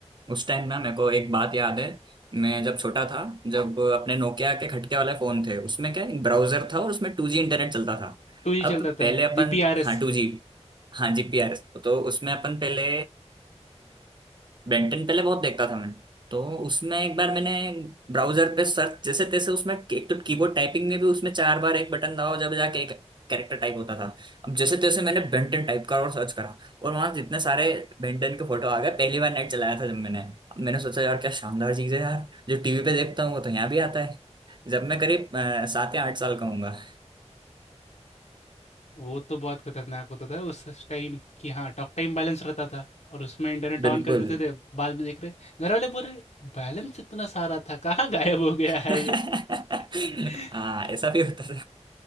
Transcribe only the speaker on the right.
उस टाइम ना मेरे को एक बात याद है मैं जब छोटा था जब अपने नोकिया के खटके वाले फोन थे उसमें क्या एक ब्राउजर था और उसमें टू जी इंटरनेट चलता था
अब पहले
अपन
हाँ टू जी हाँ जी पी आर तो उसमें अपन पहले बेंटन पहले बहुत देखता था मैं तो उसमें एक बार मैंने ब्राउजर पे सर्च जैसे तैसे उसमें एक तो कीबोर्ड टाइपिंग में भी उसमें चार बार एक बटन दबाओ जब जाके एक कैरेक्टर टाइप होता था अब जैसे तैसे मैंने बेंटन टाइप करा और सर्च करा और वहां जितने सारे बेंटन के फोटो आ गए पहली बार नेट चलाया था जब मैंने अब मैंने सोचा यार क्या शानदार चीज है यार जो टीवी पे देखता हूँ वो तो यहाँ भी आता है जब मैं करीब अ, सात या आठ साल का हूंगा
बिल्कुल
<laughs>
हाँ ऐसा भी होता